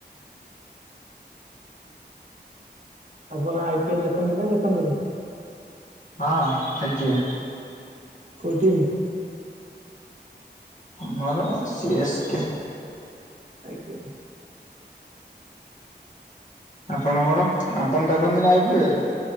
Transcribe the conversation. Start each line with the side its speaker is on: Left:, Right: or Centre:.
Right: ଆପଣ ଆଇ ପିଏଲ ଦେଖନ୍ତି ନା ଦେଖନ୍ତିନି?
Left: ହଁ ଆଜ୍ଞା।
Right: କୋଉଁ ଟିମ?
Left: ମୋର ସି ଏସ୍ କେ।
Right: ଆଜ୍ଞା।
Left: ଆପଣଙ୍କର ଆପଣ ଦେଖନ୍ତି ନା ଆଇ ପି ଏଲ?